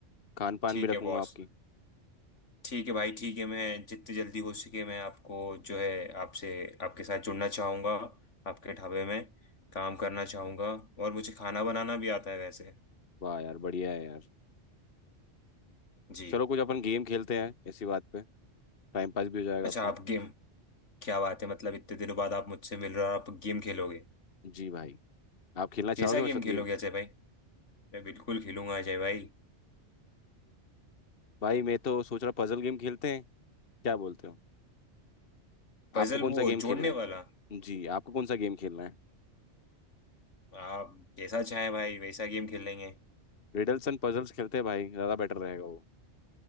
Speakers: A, on the left; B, on the left.
A: खान पान
B: ठीक
A: भी रखूंगा
B: है बॉस
A: आपकी
B: ठीक है भाई ठीक है मैं जितनी जल्दी हो सके मैं आपको जो है आपसे आपके साथ जुड़ना चाहूँगा आपके ढाबे में काम करना चाहूँगा और मुझे खाना बनाना भी आता है वैसे
A: वाह यार बढ़िया है यार
B: जी
A: चलो कुछ अपन गेम खेलते हैं इसी बात पे टाइम पास भी हो जाएगा
B: अच्छा
A: अपना
B: आप गेम क्या बात है मतलब इतने दिनों बाद आप मुझसे मिल रहे हो और आप गेम खेलोगे
A: जी भाई आप खेलना चाहोगे
B: कैसा गेम
A: मेरे साथ
B: खेलोगे
A: गेम
B: अजय भाई अरे बिल्कुल खेलूंगा अजय भाई
A: भाई मैं तो सोच रहा पजल गेम खेलते हैं क्या बोलते हो
B: पजल
A: आपको कौन
B: वो
A: सा गेम
B: जोड़ने
A: खेलना है
B: वाला
A: जी आपको कौन सा गेम खेलना है
B: आप जैसा चाहे भाई वैसा गेम खेल लेंगे
A: रिडल्स एंड पजल्स खेलते हैं भाई ज़्यादा बेटर रहेगा वो